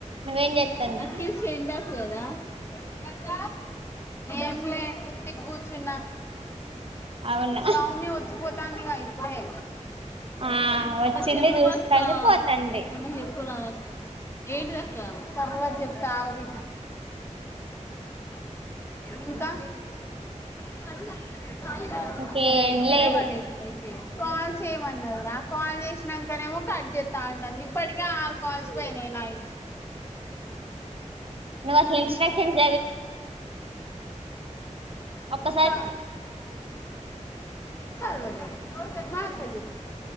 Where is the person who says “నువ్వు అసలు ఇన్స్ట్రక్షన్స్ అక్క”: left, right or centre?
Right